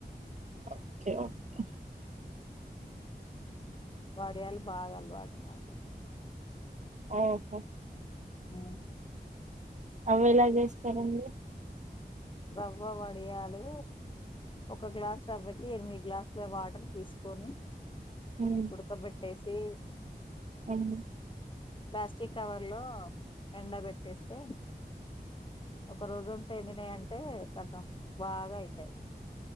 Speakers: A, on the right (about 45°); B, on the left (about 30°).
A: ఓకే ఓకే
B: వాడయాాల బాగాల వాట మాకు
A: ఓహో
B: అ
A: అవ ఇలా చేస్తారంండి
B: రవ్వ వడియాలు ఒక గ్లాస్ రవ్వటి ఎనిమిది గ్లాసుల వాటర్ తీసుకొని.
A: ఉమ్
B: ఉడుకబట్ వేసి
A: ఉమ్
B: ప్లాస్టిక్ కవర్ లో ఎండ పెట్టేస్తే ఒక రోజుంతంత ఎడినా అంటే కొంచం బాగా అయితాయి.